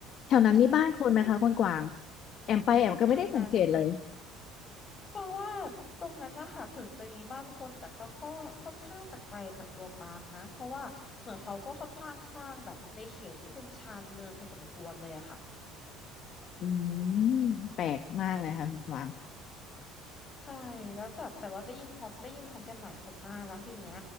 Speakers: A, on the left (about 50°); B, on the left (about 30°).
A: แถวนั้นมีบ้านคนไหมคะคนกวาง
B: ใช่ ช่วงนี้
A: แอมไปแอมก็ไม่ได้สังเกตเลย
B: แถวนั้นกวางว่าตรงนั้นนะคะถึงจะมีบ้านคนแต่เขาก็ค่อนข้างจะไกลจากตัวปาร์คนะ เพราะว่าเหมือนเขาก็ค่อนข้างสร้างแบบในเขตที่เป็นชานเมืองพอสมควรเลยอะค่ะ
A: อืมแปลกมากเลยค่ะคุณกวาง
B: ใช่แล้วแบบแต่ว่าได้ยินพร้อมได้ยินพร้อมกันหลายคนมากแล้วทีเนี้ย